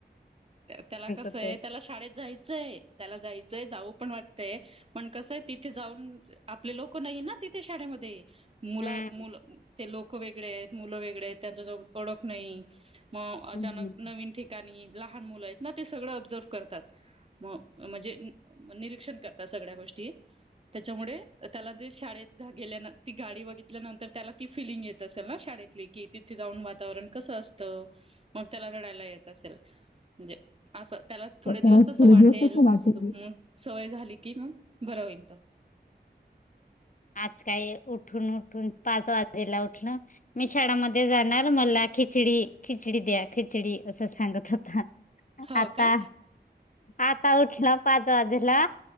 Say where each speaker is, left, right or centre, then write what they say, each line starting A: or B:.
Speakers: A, on the right; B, on the left.
A: त्याला कसंय
B: तो.
A: त्याला शाळेत जायचंय त्याला जायचं जाऊ पण वाटतय पण कसं आहे तिथे जाऊन आपले लोक नाही ना तिथे शाळेमध्ये मुला
B: हम्म
A: मु ते लोक वेगळे आहेत मुलं वेगळे आहेत त्यांचा जो ओळख नाही मग अचानक
B: हम्म.
A: नवीन ठिकाणी लहान मुलं आहेत ना ते सगळं ऑब्झर्व करतात म म्हणजे निरीक्षण करतात सगळ्या गोष्टी त्याच्यामुळे त्याला जे शाळेत गेल्या ती गाडी बघितल्यानंतर त्याला ती फिलिंग येते ना शाळेतली की तिथे जाऊन वातावरण कसं असतं मग त्याला रडायला येत असल म्हणजे असं त्याला थोडे
B: आज
A: दिवस तसं
B: थोडे
A: वाटेल
B: दिवस कसं वाटेल.
A: मग सवय झाली की मग बर होईल तर
B: आज काही उठून उठून पाच वाजेला उठलं. मी शाळामध्ये जाणार मला खिचडी खिचडी द्या खिचडी असं सांगत होता.
A: हो
B: आता
A: का
B: आता उठलं पाच वाजेला.